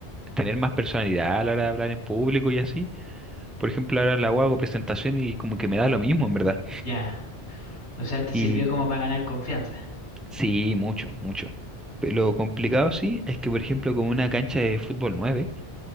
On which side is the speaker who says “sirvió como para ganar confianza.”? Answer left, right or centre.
Left